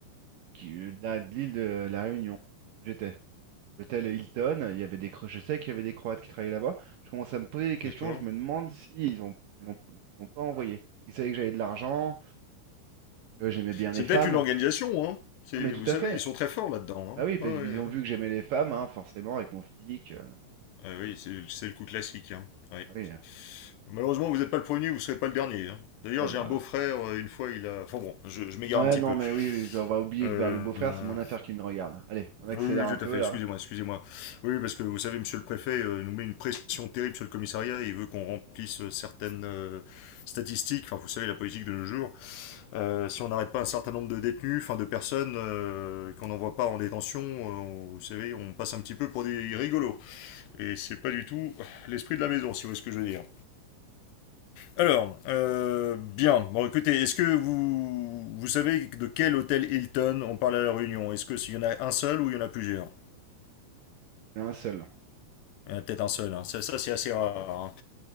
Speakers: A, on the right (about 70°); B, on the left (about 75°).
A: qui- euh, de la- de l'île de la Réunion où j'étais. L'hôtel Hilton, il y avait des, Cro- je sais qu'il y avait des Croates qui travaillaient là-bas. Je commence à me poser des questions,
B: D'accord.
A: je me demande s'ils ont, ils l'ont ils l'ont pas envoyé. Ils savaient que j'avais de l'argent, que j'aimais bien les
B: C'est
A: femmes.
B: peut-être une organisation, hein.
A: Non mais tout
B: Vous savez,
A: à fait.
B: ils sont très forts là-dedans.
A: Bah oui, parce
B: Hein. Ouais,
A: qu'ils
B: ouais, ouais.
A: ont vu que j'aimais les femmes, hein, forcément, avec mon physique. euh,
B: Ah oui, c'est le coup classique. Hein. Ouais.
A: ah oui.
B: Malheureusement, vous n'êtes pas le premier, vous ne serez pas le dernier. hein. D'ailleurs,
A: Ah
B: j'ai
A: bah.
B: un beau-frère, euh, une fois, il a... Enfin bon, je, je m'égare
A: Ouais,
B: un petit
A: non,
B: peu.
A: mais oui, oui, on va oublier
B: Euh,
A: de voir le beau-frère, c'est mon affaire qui me regarde. Allez, on accélère
B: Oui, oui,
A: un
B: tout
A: peu
B: à fait.
A: là.
B: Excusez-moi, excusez-moi. Oui, oui, parce que vous savez, monsieur le préfet euh, nous met une pression terrible sur le commissariat. Il veut qu'on remplisse euh, certaines euh, statistiques. Enfin, vous savez, la politique de nos jours. Euh, si on n'arrête pas un certain nombre de détenus, enfin de personnes, euh, et qu'on n'envoie pas en détention, euh, on- vous savez, on passe un petit peu pour des rigolos. Et c'est pas du tout l'esprit de la maison, si vous voyez ce que je veux dire. Alors, euh, bien. Bon, écoutez, est-ce que vous, vous savez de quel hôtel Hilton on parle à la Réunion? Est-ce que s'il y en a un seul ou il y en a plusieurs?
A: C'est un seul,
B: Euh, Peut-être en seul, hein. ça, ça, c'est assez rare. hein.